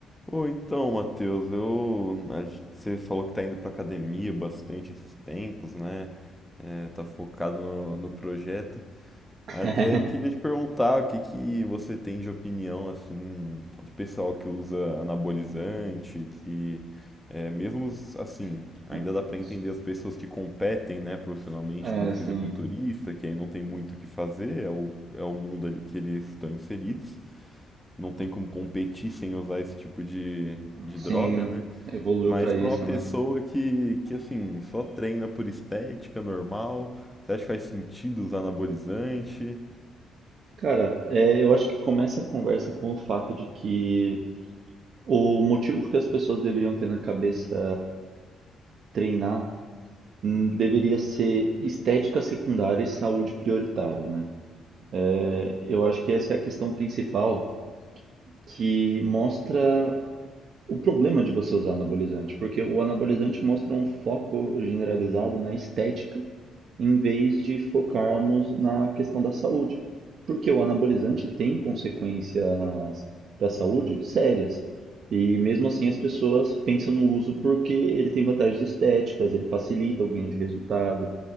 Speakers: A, in the centre; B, on the right.
A: Ô, então, Matheus, eu, a gen- você falou que tá indo pra academia bastante esses tempos, né? É, tá focado no, no projeto.
B: <laughs>
A: Até queria te perguntar o que que você tem de opinião, assim, do pessoal que usa anabolizante, que é, mesmo, os- assim, ainda
B: É,
A: dá pra
B: putz.
A: entender as pessoas que competem, né, profissionalmente
B: É,
A: como fisiculturista,
B: sim,
A: que aí não tem muito o que fazer, é o, é o mundo ali que eles estão inseridos não tem como competir sem usar esse tipo de, de
B: sim,
A: droga, né?
B: evoluiu
A: Mas
B: pra
A: pra
B: isso,
A: uma pessoa
B: né?
A: que, que, assim, só treina por estética normal, você acha que faz sentido usar anabolizante?
B: Cara, é, eu acho que começa a conversa com o fato de que o motivo porque as pessoas deveriam ter na cabeça treinar hum, deveria ser estética secundária e saúde prioritária, né? É, Eu acho que essa é a questão principal que mostra O problema de você usar anabolizante, porque o anabolizante mostra um foco generalizado na estética, em vez de focarmos na questão da saúde. Porque o anabolizante tem consequências para a saúde sérias. E mesmo assim as pessoas pensam no uso porque ele tem vantagens estéticas, ele facilita o ganho de resultado,